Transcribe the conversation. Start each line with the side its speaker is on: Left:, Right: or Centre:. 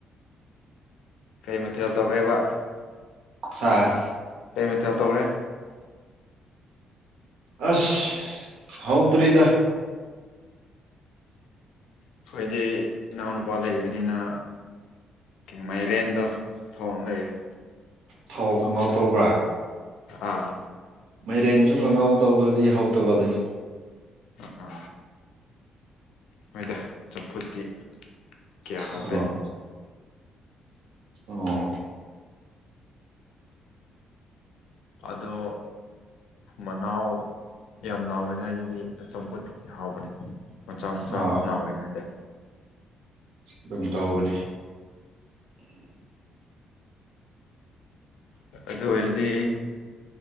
Left: ꯀꯩ ꯃꯊꯦꯜ ꯇꯧꯔꯦꯕ
Right: ꯑ
Left: ꯀꯩ ꯃꯊꯦꯜ ꯇꯧꯔꯦ
Right: ꯑꯁ ꯍꯥꯎꯗ꯭ꯔꯗ
Left: ꯑꯩꯈꯣꯏꯗꯤ ꯏꯅꯥꯎꯅꯨꯄꯥ ꯂꯩꯕꯅꯤꯅ ꯦ ꯃꯥꯏꯔꯦꯟꯗꯣ ꯊꯣꯡ ꯂꯩꯔꯦ
Right: ꯊꯧ ꯇꯧꯕ꯭ꯔꯥ
Left: ꯑꯥ
Right: ꯃꯩꯔꯦꯟꯁꯨ ꯀꯪꯍꯥꯎ ꯇꯧꯗ꯭ꯔꯗꯤ ꯍꯧꯗꯕꯅꯦ
Left: ꯑ ꯅꯣꯏꯗ ꯆꯝꯐꯨꯠꯇꯤ ꯀꯌꯥ ꯍꯥꯎꯇꯦ
Right: ꯑꯣ ꯑꯣ
Left: ꯑꯗꯣ ꯃꯅꯥꯎ ꯌꯥꯝ ꯅꯥꯎꯔꯤꯉꯩꯗꯗꯤ ꯆꯝꯐꯨꯠꯇꯗꯤ ꯍꯥꯎꯕꯅꯦ ꯃꯆꯥ ꯃꯆꯥ
Right: ꯍꯣꯏ
Left: ꯅꯥꯎꯔꯤꯉꯩꯗ
Right: ꯑꯗꯨꯝ ꯇꯧꯕꯅꯤ
Left: ꯑꯗꯨ ꯑꯣꯏꯔꯗꯤ